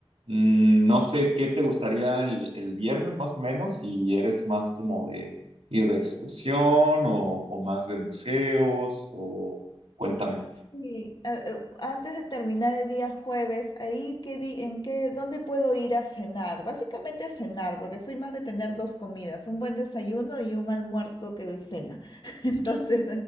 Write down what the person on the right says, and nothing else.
mm, no sé qué te gustaría el, el viernes más o menos, si eres más como de ir de excursión o, o más de museos, o cuéntame.